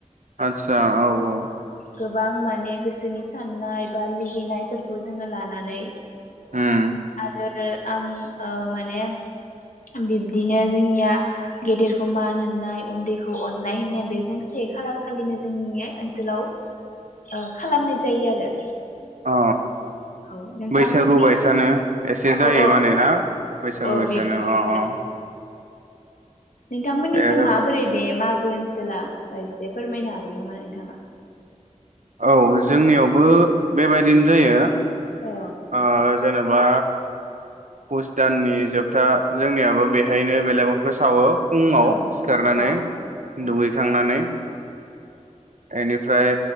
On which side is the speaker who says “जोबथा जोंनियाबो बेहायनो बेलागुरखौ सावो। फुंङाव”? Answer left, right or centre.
Right